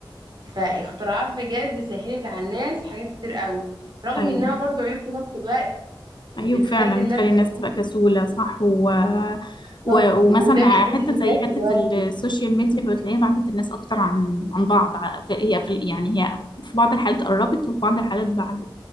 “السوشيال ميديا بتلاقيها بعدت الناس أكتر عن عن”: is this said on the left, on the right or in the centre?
Left